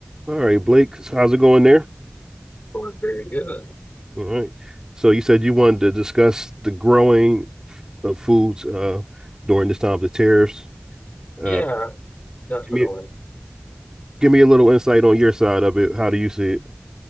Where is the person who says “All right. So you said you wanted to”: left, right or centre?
Right